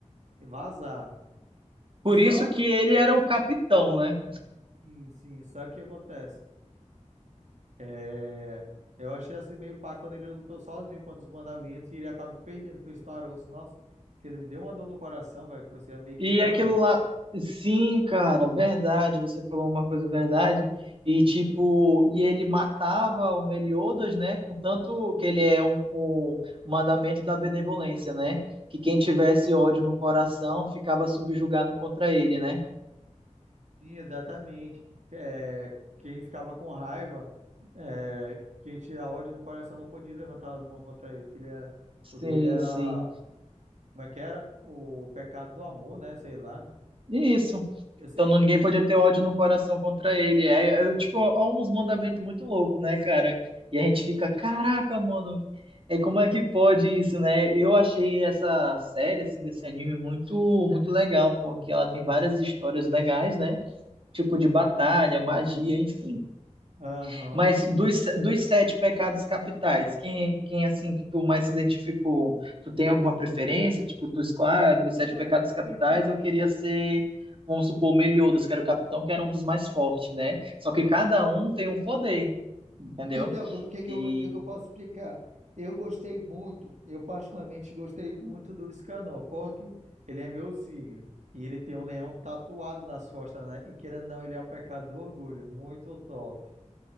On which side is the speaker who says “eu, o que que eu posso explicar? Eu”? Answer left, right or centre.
Right